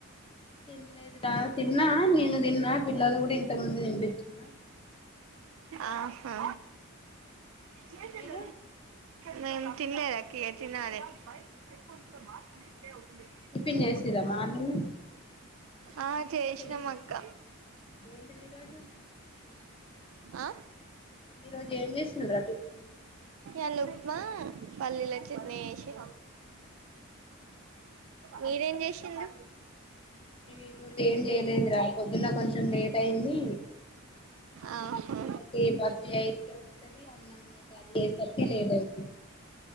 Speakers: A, on the left (about 25°); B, on the right (about 70°).
A: తినలేదు రా తిన్నా నేను తిన్నా పిల్లలు కూడా ఇంత ముంది తినిపించన్నా
B: ఆహా జయ జల
A: మీరు
B: మేం తిినలేకీ తినాల చెెక్కంత మాత్రమవదులే
A: టిఫిన్
B: చె
A: చేసిరా మార్నింగ్
B: ఆ చేసినాం
A: చేస్తా
B: అక్క
A: ఏంటిది ఈరోజు
B: ఆ
A: ఈ రోజు ఏం చేసిండ్రా టిఫిన్
B: ఎల ఉప్మా పల్లిలో చెట్నీ చేసిన మీరేం చేసింది
A: ఈ రోజు ఏం చేయలేదు రా పొద్దున్న కొంచెం లేట్ అయింది
B: ఆహా
A: వీళకి బస్ లేట్ వస్తధ అన్నము గడి చేసరికిే లేట్ అయింది